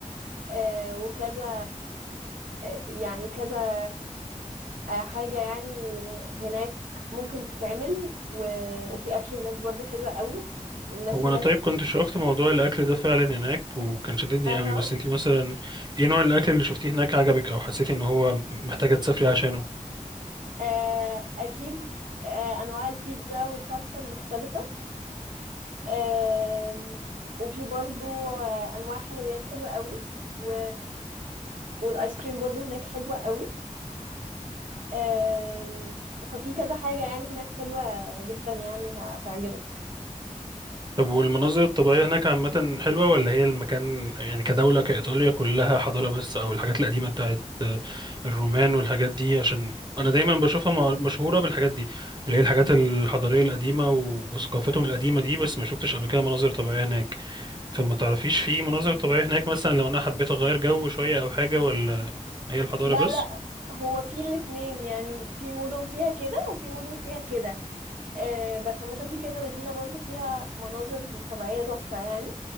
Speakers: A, on the right (about 80°); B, on the right (about 30°).
A: آه وكذا آه يعني كذا آه حاجه يعني هناك ممكن تتعمل و... وفي اكل هناك برضو حلو قوي والناس
B: هو
A: هناك
B: أنا طيب كنت شوفت موضوع الأكل ده فعلا هناك وكان شددني
A: اها
B: قوي بس أنتي مثلا إيه نوع الأكل اللي شفتيه هناك عجبك أو حسيتي إن هو محتاجة تسافري عشانه؟
A: آه، أكيد آه، أنواع البيتزا والباستا المختلفة آم، وفي برضو آه، أنواع حلويات حلوة قوي و... والآيس كريم برضو هناك حلوة قوي آم، ففي كذا حاجة يعني هناك حلوة جدا يعني هتعجبك
B: طب والمناظر الطبيعية هناك عامة حلوة ولا هي المكان يعني كدولة كإيطاليا كلها حضارة بس أو الحاجات القديمة بتاعت الرومان والحاجات دي عشان أنا دايما بشوفها م- مشهورة بالحاجات دي اللي هي الحاجات الحضارية القديمة و- وثقافتهم القديمة دي بس ما شفتش قبل كده مناظر طبيعية هناك فما تعرفيش في مناظر طبيعية هناك مثلا لو أنا حبيت أغير جو شوية أو حاجة ولا هي الحضارة
A: لا
B: بس
A: لا هو في الاتنين يعني في مدن فيها كده وفي مدن فيها كده آه، بس عامة في كذا مدينة برضو فيها مناظر طبيعية تحفة يعني